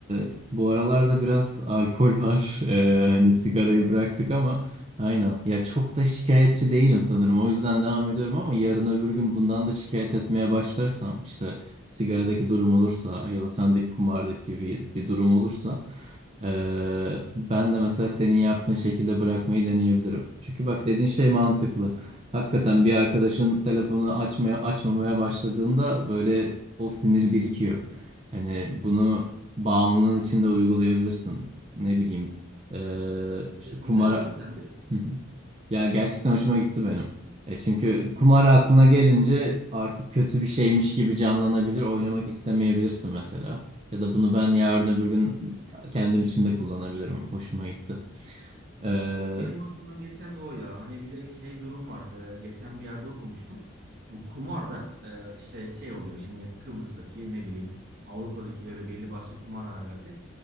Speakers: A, on the right; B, on the right.
A: e, bu aralarda biraz alkol var. <laughs> E, hani sigarayı
B: Öyle mi?
A: bıraktık ama aynen. Ya çok da şikayetçi değilim sanırım. O yüzden devam ediyorum ama yarın öbür gün bundan da şikayet etmeye başlarsam işte sigaradaki durum olursa ya da sendeki kumardaki gibi bir durum olursa ee, ben de mesela senin yaptığın şekilde bırakmayı deneyebilirim. Çünkü bak dediğin şey mantıklı. Hakikaten bir arkadaşın telefonu açmaya açmamaya başladığında böyle o sinir birikiyor. Hani bunu bağımlılığın içinde uygulayabilirsin. Ne bileyim ee,
B: Evet,
A: işte
B: evet,
A: kumara.
B: güzel bir yöntem değil mi?
A: <laughs> Ya gerçekten
B: Yani
A: hoşuma gitti benim. E çünkü kumar aklına gelince artık kötü bir şeymiş gibi canlanabilir. Oynamak istemeyebilirsin mesela. Ya da bunu ben yarın öbür gün kendim için de kullanabilirim. Hoşuma gitti. Ee, hı
B: benim aklımdan geçen de o ya. Hani bir de şey durum var. Ee, geçen bir yerde okumuştum. Bu kumarda e, işte şey oluyor şimdi Kıbrıs'taki ne bileyim Avrupa'daki böyle belli başlı kumarhanelerde